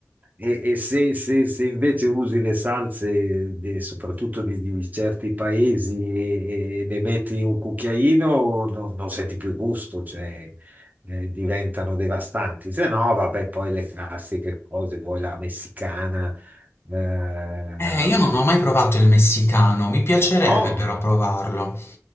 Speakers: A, on the right (about 35°); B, on the left (about 55°).
A: E, e se, se- se invece usi le salse, di- soprattutto di, di certi paesi, e, e ne metti un cucchiaino, no- non senti più gusto, cioè, eh, diventano devastanti. Se no, vabbè, poi le classiche cose, vuoi la messicana, eh,
B: Eh, io non ho mai provato il messicano, mi piacerebbe
A: no,
B: però provarlo.